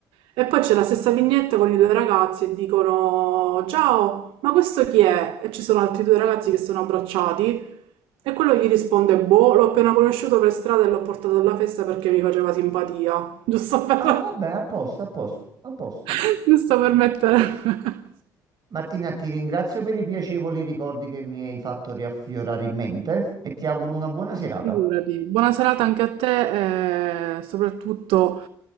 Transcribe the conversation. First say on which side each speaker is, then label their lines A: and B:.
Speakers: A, on the right (about 75°); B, on the right (about 45°).
A: E poi c'è la stessa vignetta con i due ragazzi e dicono ciao, ma questo chi è? E ci sono altri due ragazzi che sono abbracciati e quello gli risponde, boh, l'ho appena conosciuto per strada e l'ho portato alla festa perché mi faceva simpatia. Giusto per,
B: Ah, vabbè, a posto, a posto, a posto.
A: <laughs> giusto per mettere... <laughs>
B: Martina, ti ringrazio per i piacevoli ricordi che mi hai fatto riaffiorare in mente e ti auguro una buona serata.
A: Figurati. Buona serata anche a te e soprattutto